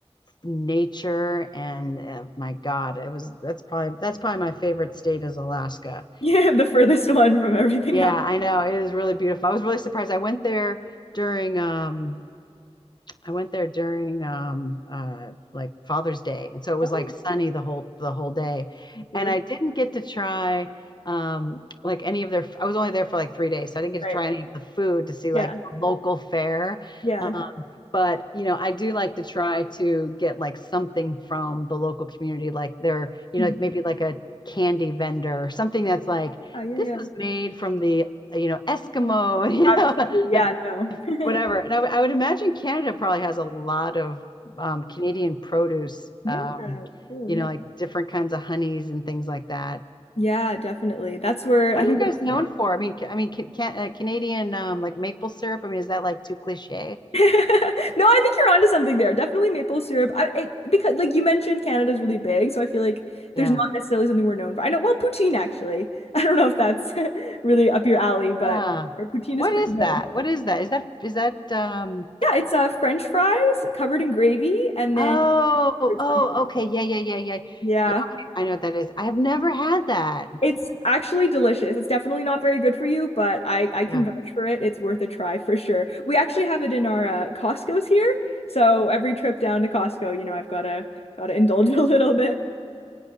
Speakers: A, on the left; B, on the left.
A: nature and uh, my god it was that's probably that's probably my favorite state is alaska
B: Yeah, the furthest one from everything
A: yeah
B: else.
A: i know it is really beautiful i was really surprised i went there during um I went there during um uh like Father's Day. And so it was
B: Oh
A: like
B: yeah,
A: sunny the whole the whole day.
B: I'm bored.
A: And I didn't get to try um like any of their I was only there for like 3 days. So I didn't get
B: Right.
A: to try any of the food to see
B: Yeah.
A: like local fare.
B: Yes.
A: Um but you know, I do like to try to get like something from the local community like their you
B: Mhm.
A: know like maybe like a candy vendor or something that's like
B: Oh yeah,
A: this
B: yeah.
A: was made from the you know Eskimo, you
B: Absolutely.
A: know, <laughs>
B: Yeah,
A: like
B: no. <laughs>
A: whatever. And I would- would imagine Canada probably has a lot of um, Canadian produce,
B: Yeah,
A: um,
B: we do,
A: you
B: yeah.
A: know, like different kinds of honeys and things like that.
B: Yeah, definitely. That's where
A: What
B: I think
A: are you guys
B: the
A: known
B: farm
A: for?
B: work.
A: I mean, ca- I mean, ca- can, uh, Canadian um, like maple syrup. I mean, is that like too cliche?
B: <laughs> No, I think you're onto something there. Definitely maple syrup. I, it, because like you mentioned, Canada's really big, so I feel like there's
A: Yeah.
B: not necessarily something we're known for. I know, well, poutine actually. <laughs> I don't know if that's <laughs> really up your alley, but
A: Ah,
B: our poutine
A: what
B: is pretty
A: is
B: good.
A: that? What is that? Is that is that? Um,
B: Yeah, it's uh French fries covered in gravy and then
A: oh,
B: curds
A: oh,
B: on top.
A: okay, yeah, yeah, yeah, yeah,
B: Yeah.
A: yeah. Okay, I know what that is. I have never had that.
B: It's actually delicious. It's definitely not very good for you, but I I can
A: Yeah,
B: vouch for it. It's worth a try for sure. We actually have it in our uh, Costco's here. So every trip down to Costco, you know, I've gotta gotta indulge <laughs> a little bit.